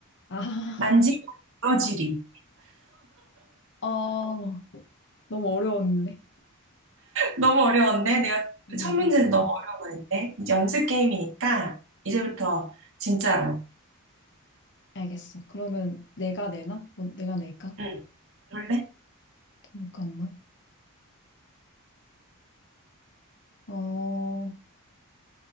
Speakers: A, on the left; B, on the right.
A: 아,
B: 만지고 부러지리.
A: <laughs> 어, 너무 어려웠는데.
B: 너무 어려웠네. 내가
A: 너무
B: 첫
A: 어려워.
B: 문제는 음. 너무 어려운 거 냈네. 이제 연습 게임이니까 이제부터 진짜로.
A: 알겠어. 그러면 내가 내나? 뭐, 내가 낼까?
B: 응, 그럴래?
A: 잠깐만. 어,